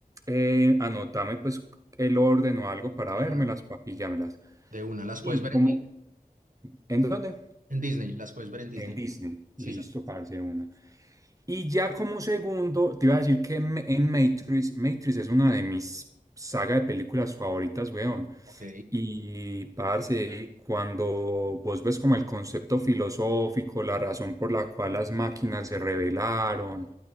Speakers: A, on the right (about 20°); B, on the right (about 60°).
A: Eh, anotame pues el orden o algo para
B: de
A: vérmelas,
B: una.
A: papillármelas.
B: de una. Las
A: ¿Y
B: puedes ver
A: cómo?
B: en
A: ¿En dónde?
B: en Disney, las puedes ver en Disney.
A: En Disney.
B: Sisas.
A: Listo, parce, de una. Y ya como segundo, te iba a decir que en, en Matrix, Matrix es una de mis saga de películas favoritas, weón.
B: Ok.
A: Y, parce, cuando vos ves como el concepto filosófico, la razón por la cual las máquinas se rebelaron,